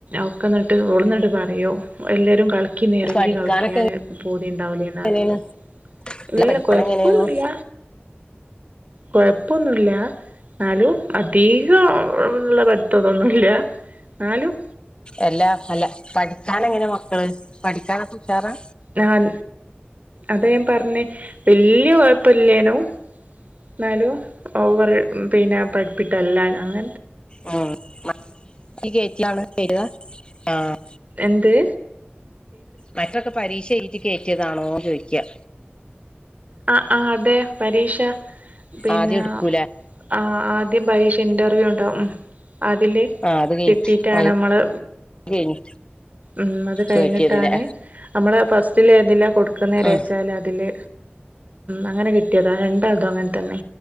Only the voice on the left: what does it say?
പഠിക്കാനൊക്കെ
എങ്ങനെയാണ്
അല്ല
പഠിക്കാൻ
എങ്ങനെയായിരുന്നു
എല്ലാ അല്ല പഠിക്കാൻ എങ്ങനെ മക്കള് പഠിക്കാനൊക്കെ ഉഷാറാ?
ആഹ് മാറ്റി കേറ്റിലാണ് ചെയ്ക. ആഹ്.
മറ്റൊക്കെ പരീക്ഷയെഴ്തി. കേറ്റിയതാണോന്ന് ചോദിക്ക.
ആദ്യം എടുക്കൂലേ
ആ അത് കഴിഞ്ഞ്
അത്
കഴിഞ്ഞ്
കയറ്റിയതല്ലേ
ഉം